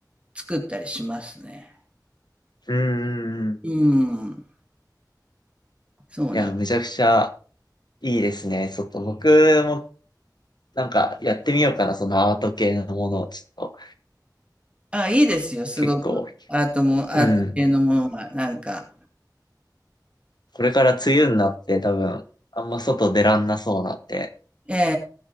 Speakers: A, on the right; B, on the left.
A: 作ったりしますね。
B: うん。い
A: うん、そうなん。
B: や、めちゃくちゃいいですね。ちょっと僕もなんかやってみようかな、そのアート系のものをちょっと
A: あ、いいですよ、すごく。
B: 結構、
A: アートも、アート系のものが、
B: うん。
A: なんか。
B: これから梅雨になって多分、あんま外出らんなそうなんで、
A: えええ